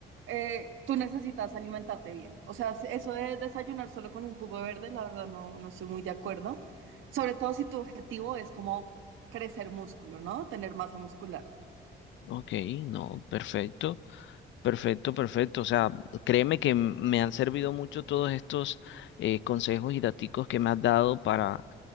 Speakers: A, on the right; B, on the left.
A: eh, tú necesitas alimentarte bien. O sea, si- eso de desayunar solo con un jugo verde, la verdad no, no estoy muy de acuerdo. Sobre todo si tu objetivo es como crecer músculo, ¿no? Tener masa muscular.
B: Ok, no, perfecto. Perfecto, perfecto. O sea, créeme que m- me han servido mucho todos estos eh, consejos y daticos que me has dado para,